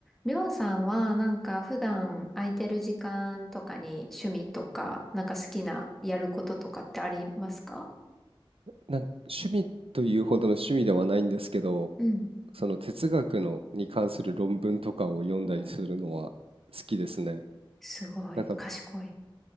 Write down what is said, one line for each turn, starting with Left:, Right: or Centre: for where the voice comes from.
Centre: りょうさんは、なんか普段空いてる時間とかに趣味とか、なんか好きなやることとかってありますか
Right: なん趣味というほどの趣味ではないんですけど、
Centre: うん。
Right: その哲学のに関する論文とかを読んだりするのは好きですね。
Centre: おー、すごい、
Right: なんか、
Centre: 賢い。